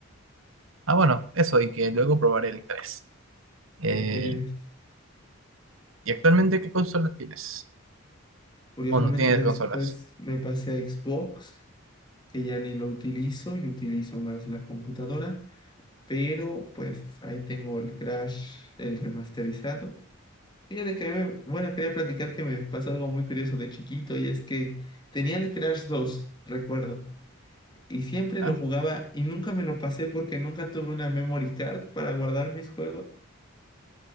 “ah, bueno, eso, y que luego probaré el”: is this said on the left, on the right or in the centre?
Right